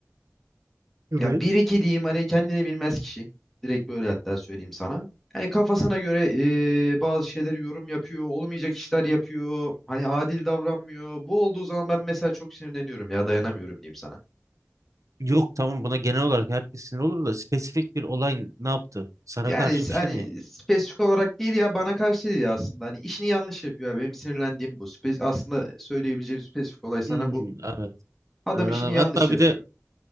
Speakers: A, on the right; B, in the centre.
A: Evet.
B: Ya bir iki diyeyim hani kendini bilmez kişi. Direkt böyle hatta söyleyeyim sana. Hani kafasına göre e, bazı şeyleri yorum yapıyor, olmayacak işler yapıyor. Hani adil davranmıyor. Bu olduğu zaman ben mesela çok sinirleniyorum ya dayanamıyorum diyeyim sana.
A: Yok tamam buna genel olarak herkes sinir olur da spesifik bir olay ne yaptı? Sana
B: Yani
A: karşı
B: s-
A: bir şey
B: hani
A: mi yaptı?
B: spesifik olarak değil ya bana karşı değil ya aslında. Hani işini yanlış yapıyor ya. Benim sinirlendiğim bu. Spes- aslında söyleyebileceğim spesifik olay sana
A: Hmm,
B: bu.
A: evet.
B: Adam
A: Evet,
B: işini
A: anladım.
B: yanlış
A: Hatta
B: yapıyor.
A: bir de